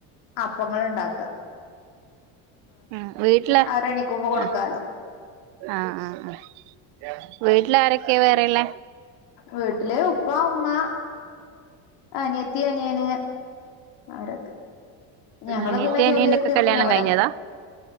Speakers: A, on the left; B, on the right.
A: അപ്പങ്ങൾ ഒണ്ടാക്ക
B: ആഹ് വീട്ടിലെ
A: അവര് എണീക്കുമ്പോ കൊടുക്കാലോ
B: ആ ആഹ് ആഹ് ആ വീട്ടില് ആരൊക്കെ വേറെയുള്ളേ
A: വീട്ടില് ഉപ്പാ ഉമ്മാ അനിയത്തി, അനിയന് അവരൊക്കെ ഞങ്ങള്
B: അനിയത്തി,
A: പിന്നെ ജോലിയായിട്ട്
B: അനിയനൊക്കെ കല്യാണം
A: പിന്നെ ഇവിടെ
B: കഴിഞ്ഞതാ